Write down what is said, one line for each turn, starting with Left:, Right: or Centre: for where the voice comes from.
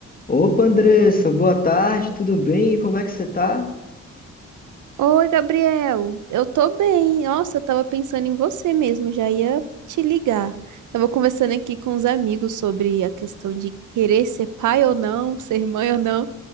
Left: Opa, Andressa, boa tarde, tudo bem? E como é que você tá?
Right: Oi, Gabriel. Eu tô bem. Nossa, eu tava pensando em você mesmo, já ia te ligar. Tava conversando aqui com os amigos sobre a questão de querer ser pai ou não, ser mãe ou não.